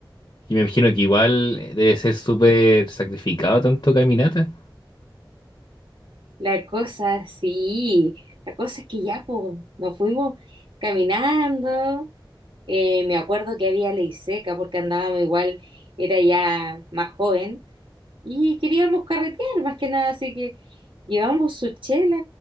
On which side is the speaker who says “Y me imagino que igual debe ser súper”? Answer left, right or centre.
Left